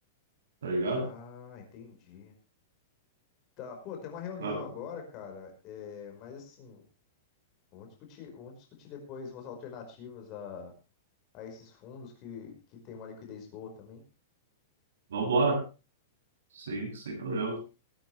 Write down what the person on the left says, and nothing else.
Ah, entendi. Tá, pô, tem uma reunião
agora, cara, é, mas assim, vamos discutir, vamos discutir depois umas alternativas a, a esses fundos que, que tem uma liquidez boa também.